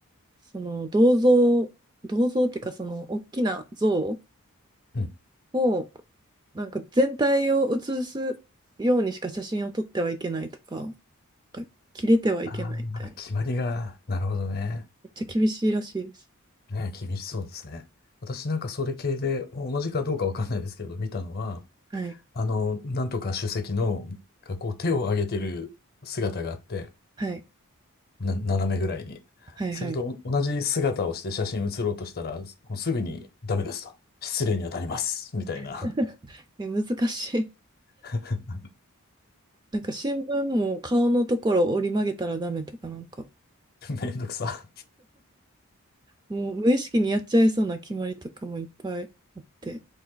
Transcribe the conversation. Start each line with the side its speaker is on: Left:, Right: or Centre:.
Right: その、銅像、銅像っていうか、その、大きな像
Left: うん。
Right: を、なんか全体を写すようにしか写真を撮ってはいけないとか、なんか切れてはいけないみたいな。
Left: ああ、決まりが、なるほどね。
Right: めっちゃ厳しいらしいです。
Left: ね、厳しそうですね。私なんかそれ系で、同じかどうかわかんないですけど、見たのは、
Right: はい。
Left: あの、なんとか主席の、がこう手を上げてる姿があって、
Right: はい。
Left: な、斜めぐらいに。
Right: はいはい。
Left: すると、お同じ姿をして写真写ろうとしたら、もうすぐにダメですと。失礼に当たります。みたいな。
Right: <laughs> え、難しい。
Left: <laughs>
Right: なんか新聞も顔のところを折り曲げたらダメとかなんか、
Left: めんどくさ。
Right: もう無意識にやっちゃいそうな決まりとかもいっぱいあって、